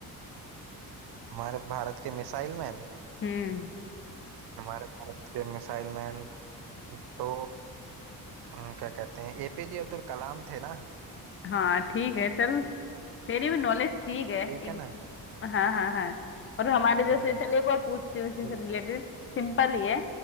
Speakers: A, on the right; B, on the left.
A: हमारे भारत के मिसाइल मैन
B: हम्म
A: हमारे भारत के मिसाइल मैन तो हम्म, क्या कहते हैं एपीजे अब्दुल कलाम थे ना
B: हाँ ठीक है चल तेरी भी नॉलेज ठीक है
A: ठीक
B: एक
A: है ना
B: हाँ हाँ हाँ और हमारे जैसे
A: हम्म,
B: चलिए एक और पूछती हूँ इसी
A: ये-
B: से रिलेटेड सिंपल ही है